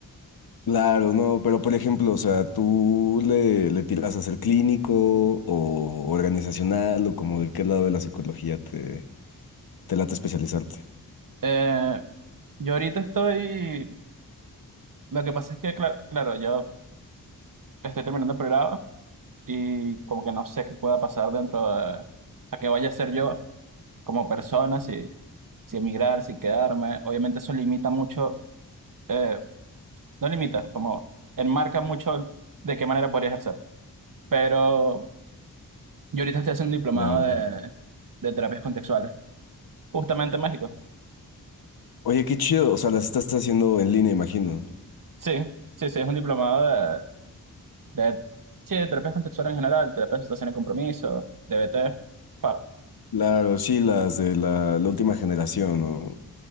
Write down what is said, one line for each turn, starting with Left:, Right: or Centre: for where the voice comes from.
Left: Claro, no, pero por ejemplo, o sea, ¿tú le, le tiras a ser clínico o organizacional o como de qué lado de la psicología te, te late especializarte?
Right: Eh, yo ahorita estoy. Lo que pasa es que, cla- claro, yo estoy terminando el pregrado y como que no sé qué pueda pasar dentro de. O sea, qué vaya a ser yo como persona, si, si emigrar, si quedarme. Obviamente eso limita mucho, eh, no limita, como enmarca mucho de qué manera podría ejercer. Pero yo ahorita estoy haciendo un diplomado
Left: Claro.
Right: de, de terapias contextuales, justamente en México.
Left: Oye, qué chido, o sea, las estás haciendo en línea, imagino.
Right: Sí, sí, sí, es un diplomado de, de, sí, de terapias contextuales en general, terapia de situación de compromiso, DBT, PAP.
Left: Claro, sí, las de la, la última generación, ¿no?